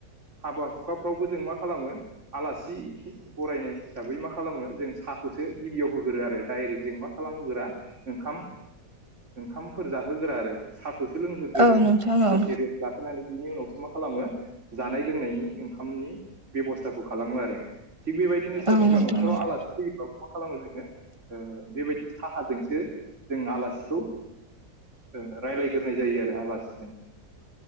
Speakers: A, on the right; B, on the right.
A: हाबा हुखाफ्रावबो जों मा खालामो आलासि हि बरायनाय हिसाबै मा खालामो जों साखौसो गिबियाव होग्रो आरो डाइरेक्ट जों मा खालामहोगोरा ओंखाम ओंखामफोर जाहोगोरा आरो साखौसो लोंहोगोरगोन
B: औ नोंथां औ
A: दसे रे लाखोनानै बिनि उनावसो मा खालामो जानाय लोंनायनि ओंखामनि बेबस्थाखौ खालामो आरो थिग बेबाय बिदिनो सोरनिबा
B: औ नोंथां
A: नखराव
B: औ
A: आलासि फैयोबा मा खालामो जोङो ओ बेबायदि साहाजोंसो जोङो आलासिखौ ओ रायलायग्रोनाय जायो आरो आलासिजों।